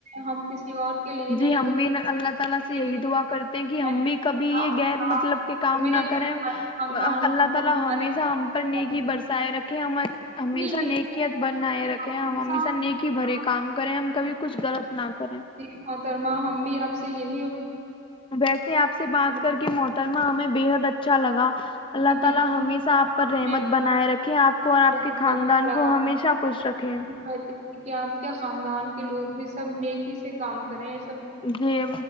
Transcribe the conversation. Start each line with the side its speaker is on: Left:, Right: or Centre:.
Right: ہم کسی اور کے لیے نہیں
Left: جی ہم
Right: تو
Left: بھی اللہ تعالا سے
Right: اے
Left: یہی دعا کرتے ہیں کہ ہم بھی کبھی یہ
Right: خدا،
Left: غیر مطلب کہ کام
Right: ہمیں ہمارے
Left: نہ کریں
Right: خاندان
Left: اللہ
Right: کو
Left: تعالا
Right: ہمارے
Left: ہمیشہ
Right: گھر
Left: ہم
Right: کو،
Left: پر نیکی برسائے
Right: ہم سے
Left: رکھے
Right: اتنی
Left: ہمیشہ
Right: نیکی
Left: نیکیا بنائے
Right: کہ
Left: رکھے ہم ہمیشہ
Right: ہمارے
Left: نیک ہی
Right: ساتھ
Left: بھرے کام کریں ہم کبھی کچھ غلط نہ کریں
Right: جی محترما ہم بھی آپ سے یہ
Left: ویسے آپ سے بات
Right: ہمیں
Left: کر کے محترمہ ہمیں بےحد اچھا لگا اللہ
Right: ج بالکل
Left: تعالی ہمیشہ آپ پر رحمت بنائے رکھے آپ کو اور آپ
Right: بت
Left: کے خاندان
Right: اچھا لگا
Left: کو
Right: ہم
Left: ہمیشہ خوش رکھے
Right: کہتے ہیں کہ آپ کے خاندان کے لوگ لوگ بھی سب نیکی سے کام کرے
Left: جی